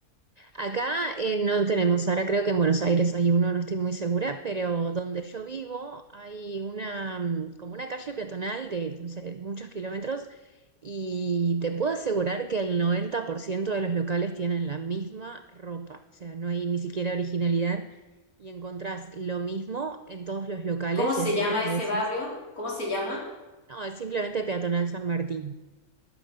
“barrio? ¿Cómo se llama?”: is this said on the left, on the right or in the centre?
Left